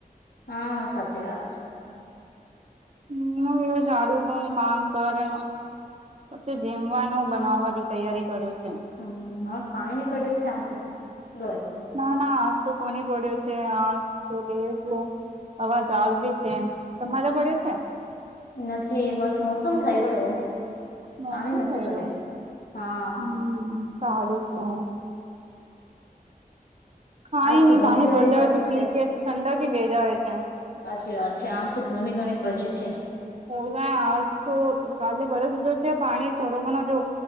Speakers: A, on the left (about 85°); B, on the right (about 45°).
A: હા સાચી વાત છે.
B: હમ ઝાડુ નહીં કામ કરે ન. પછું જીમવાનું બનાવવાની તૈયારી કરું છે.
A: હમ હવે પાણી ની કઠે છાટતી ગઈ.
B: ના ના આજ તો કોની પડ્યો છે આજ તો દેખલો અવાજ આલરી છે તમારે પડ્યો છે?
A: નથી બસ મોસમ થઈ રો હે.
B: મોસમ
A: પાણી નથી
B: થઈ
A: પડ્યા
B: રો.
A: હા
B: હમ સારું છે. ખાય
A: આજ તો
B: ની
A: ઘણી
B: પાની
A: ઘણી
B: પડ જાવે
A: પડી
B: તો ઠીક
A: છે
B: હે ઠંડક હી વે જાવે છે. કે
A: સાચી વાત છે. આજ તો ઘણી ઘણી પરરી છે.
B: હોવે આજ તો કાલે બરસ ગયો છે પાણી થોડો ઘણો જો